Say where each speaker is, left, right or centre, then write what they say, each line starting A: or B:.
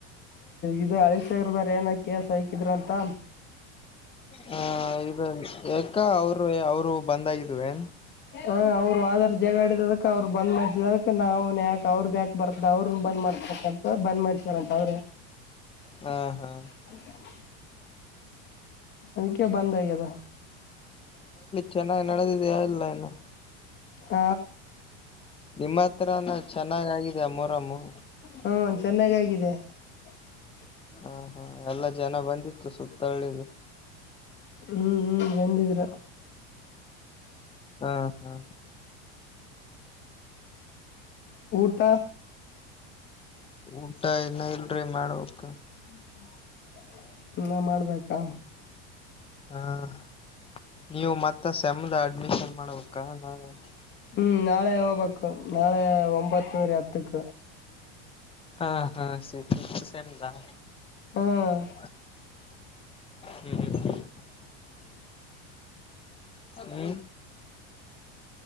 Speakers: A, on the left (about 30°); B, on the left (about 15°).
A: ಇದು. ಗರ್ದಾರ ಏನ ಕಸ ಹಕಿದ್ರ ಅಂತ.
B: ಹ ಇದ ಯಾಕ ಅವರು ಅವರು. ಬಂದಾಗಿದ್ವೆ
A: ಹ ಅವರು ಆಾರ್ ಜಗ ಆಡಿದದ. ಅವ್ರರು ಬಂದ್ ಮಜ್ಜದಕ್ ನಾವುನ್ ಯಾಕಕ್ ಅವ್ರದ. ಬರ್ತ ಅವ್ರ ಬಂದ್ ಮಾಡ್ತಂತ ಬಂದ್ ಮಾಡ್ಸಾರಂತ ಅವ್ರೆ. <unintelligible>
B: ಹ ಹಾ
A: ಅದಕ್ಕೆ ಬಂದಾಗ್ಯದ.
B: ಚೆನ್ನಾಗಿ್ ನಡೆದಿದೆಲ್ಲ ಇನ್ನು
A: ಹ.
B: ನಿಮ್ಮ ಹತ್ರಾನ ಚೆನ್ನಾಗ್ ಆಗಿದ ಮೊರಮ್ಮು.
A: ಹ್ಮ <unintelligible>
B: ಹಾ ಹಾ ಎಲ್ಲ ಜನ ಬಂದಿತ್ತು ಸುತ್ತಳ್ಳಿದ್ರು.
A: ಹ್ಮ್ ಹ್ಮ್ ಬಂದಿದ್ರೂ
B: ಹಾ ಹಾ
A: ಊಟ
B: ಊಟ ಇನ ಇಲ್ರಿ ಮಾಡವಕ್
A: <unintelligible> ನಾ ಮಾಡ್ಬೇಕಾ
B: ಹ ನೀವು ಮತ್ತ ಸೆಂದ ಅಡ್ಮಿಷನ್ ಮಾಡ್ಬೇಕಾ ನಾ <unintelligible>
A: ಹ್ಮ್ ನಾಳೆ ಹೋಗ್ಬೇಕು ನಾಳೆ ಒಂಬತ್ತುರಿ ಹತ್ತಕ್
B: ಹಾ ಹಾ ಸಿ ಸೇಮ್ ದ
A: ಹ್ಮ
B: ಹ್ಮ್ ಹ್ಮ್ ಹ್ಮ್ ಹ್ಮ್